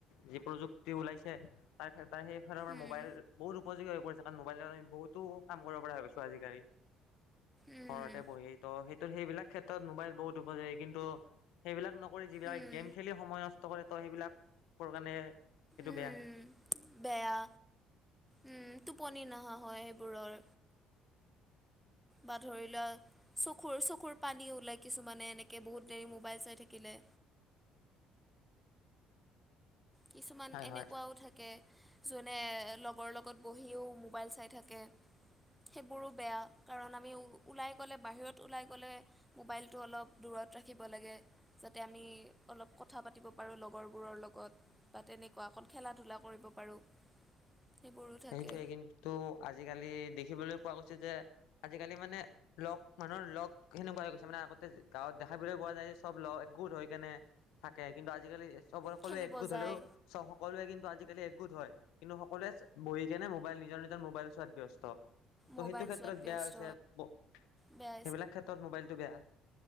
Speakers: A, on the left; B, in the centre.
A: যি প্ৰযুক্তি কি ওলাইছে তাৰ তাৰ সেইফালৰ আম
B: উম,
A: মোবাইল বহুত উপযোগী হৈ পৰিছে মোবাইলত আমি বহুতো কাম কৰিব পৰা হৈ গৈছো আজিকালি
B: উম,
A: ঘৰতে বহি ত সেই ত সেইবিলাক ক্ষেত্ৰত মোবাইল বহুত উপকাৰী কিন্তু সেইবিলাক নকৰি যিবিলাক
B: উম,
A: গেম খেলি সময় নষ্ট কৰে তো সেইবিলাক কাৰণে সেইটো
B: উম
A: বেয়া
B: বেয়া উম টোপনি নহা হয় সেইবোৰৰ। বা ধৰি লোৱা চকুৰ চকুৰ পানী ওলাই কিছুমানে এনেকে বহুত দেৰি মোবাইল চাই থাকিলে। কিছুমান
A: হয়
B: এনেকুৱাও
A: হয়
B: থাকে। জোনে লগৰ লগত বহিও মোবাইল চাই থাকে সেইবোৰো বেয়া কাৰণ আমি ওলাই গ'লে বাহিৰত ওলাই গ'লে মোবাইলটো অলপ দূৰত ৰাখিব লাগে যাতে আমি অলপ কথা পাতিব পাৰোঁ লগৰবোৰৰ লগত। বা তেনেকুৱা অকণ খেলা ধূলা কৰিব পাৰোঁ। সেইবোৰো থাকে
A: সেইটোৱে কিন্তু আজিকালি দেখিবলৈ। পোৱা গৈছে যে আজিকালি মানে লগ মানুহৰ লগ সেনেকুৱা হৈ গৈছে মানে আগতে গাঁৱত দেখাবলৈ পোৱা যায় চব লগ একগোট হৈ কেনে। থাকে কিন্তু আজিকালি চব সকলোৱে
B: খেলিব
A: একগোট
B: যায়
A: হ'লেও চব সকলোৱে কিন্তু আজিকালি একগোট হয়। কিন্তু সকলোৱে। বহি কেনে মোবাইল নিজৰ নিজৰ মোবাইল চোৱাত ব্যস্ত। ত'
B: মোবাইল
A: সেইটো ক্ষেত্ৰত
B: চোৱাত ব্যস্ত
A: বেয়া হৈছে
B: বেয়া
A: সেইবিলাক ক্ষেত্ৰত মোবাইলটো বেয়া।